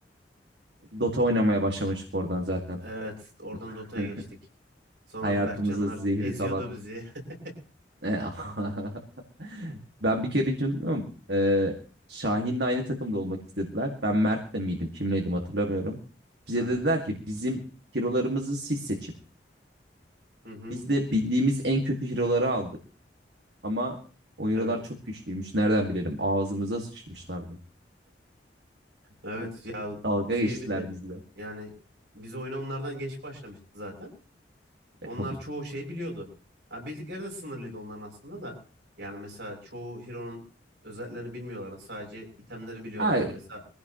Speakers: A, on the right; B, on the right.
A: Dota oynamaya başlamıştık oradan zaten.
B: Evet oradan
A: <laughs>
B: Dota'ya geçtik. Sonra
A: Hayatımıza
B: Berkcanlar
A: zehri
B: eziyordu
A: salat.
B: bizi. <laughs>
A: <laughs> Ben bir kere hiç unutmuyorum. Ee, Şahin'le aynı takımda olmak istediler. Ben Mert'le miydim, kimleydim hatırlamıyorum. Bize
B: Evet.
A: dediler ki bizim hero'larımızı siz seçin.
B: Hı hı.
A: Biz de bildiğimiz en kötü hero'ları aldık. Ama o hero'lar
B: Evet.
A: çok güçlüymüş. Nereden bilelim? Ağzımıza sıçmışlardı.
B: Evet
A: <laughs>
B: ya
A: Dalga
B: şey
A: geçtiler
B: bir de
A: bizle.
B: yani biz oyuna onlardan geç başlamıştık zaten. Onlar
A: E, tabii.
B: çoğu şeyi biliyordu. Ha, bildikleri de sınırlıydı onların aslında da. Yani mesela çoğu Hero'nun özelliklerini bilmiyorlardı. Sadece itemleri biliyorlardı.
A: Ha,
B: Mesela